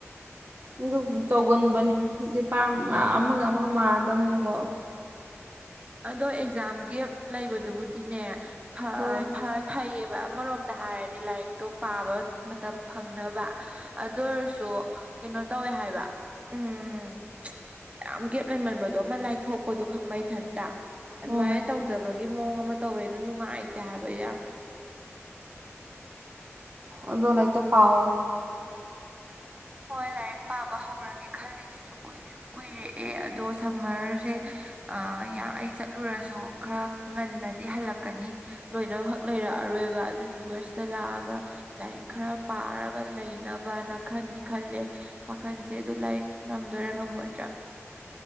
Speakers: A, on the right; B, on the right.
A: ꯑꯗꯨꯕꯨ ꯇꯧꯒꯟꯕꯅꯤ ꯗꯤꯄꯥꯔꯝ ꯑꯥ ꯑꯃꯒ ꯑꯃꯒ ꯃꯥꯟꯅꯗꯝꯅꯤꯅꯀꯣ꯫
B: ꯑꯗꯣ ꯑꯦꯛꯖꯥꯝꯒꯤ ꯂꯩꯕꯗꯨꯕꯨꯗꯤꯅꯦ ꯐꯥꯏ
A: ꯑꯥ
B: ꯐꯥꯏ ꯐꯩꯌꯦꯞ ꯑꯃꯔꯣꯝꯗ ꯍꯥꯏꯔꯗꯤ ꯂꯥꯏꯔꯤꯛꯇꯣ ꯄꯥꯕ ꯃꯇꯝ ꯐꯪꯅꯕ ꯑꯗꯨ ꯑꯣꯏꯔꯁꯨ ꯀꯩꯅꯣ ꯇꯧꯋꯦ ꯍꯥꯏꯕ ꯎꯝ ꯌꯥꯝ ꯒꯦꯞ ꯂꯩꯃꯟꯕꯗꯣ ꯑꯃ ꯂꯥꯏꯊꯣꯛꯄꯗꯣ ꯈꯪꯕ ꯏꯊꯟ ꯑꯗꯨꯃꯥꯏꯅ
A: ꯎꯝ
B: ꯇꯧꯖꯕꯒꯤ ꯃꯑꯣꯡ ꯑꯃ ꯇꯧꯋꯦ ꯑꯗꯨꯝ ꯅꯨꯡꯉꯥꯏꯇꯦ ꯍꯥꯏꯕ ꯌꯥ
A: ꯑꯗꯣ ꯂꯥꯏꯔꯤꯛꯇ ꯄꯥꯎꯑꯣ
B: ꯍꯣꯏ ꯂꯥꯏꯔꯤꯛ ꯄꯥꯕ ꯍꯧꯔꯒꯦ ꯈꯜꯂꯤꯁꯤꯁꯨ ꯀꯨꯏ ꯁꯨ ꯀꯨꯏꯔꯦ ꯑꯦ ꯑꯗꯣ ꯁꯝꯃꯔꯁꯦ ꯌꯥ ꯑꯩ ꯆꯠꯂꯨꯔꯁꯨ ꯈꯔ ꯉꯟꯅꯗꯤ ꯍꯜꯂꯛꯀꯅꯤ ꯂꯣꯏꯅꯃꯛꯈꯛ ꯂꯩꯔꯛꯑꯔꯣꯏꯕ ꯑꯗꯨꯗꯨꯒ ꯁꯤꯗ ꯂꯥꯛꯑꯒ ꯂꯥꯏꯔꯤꯛ ꯈꯔ ꯄꯥꯔꯒ ꯂꯩꯅꯕꯅ ꯈꯟꯗꯤ ꯈꯜꯂꯦ ꯋꯥꯈꯟꯁꯦ ꯑꯗꯨ ꯂꯥꯏꯔꯤꯛ ꯉꯝꯗꯣꯏꯔꯥ ꯉꯝꯃꯣꯏ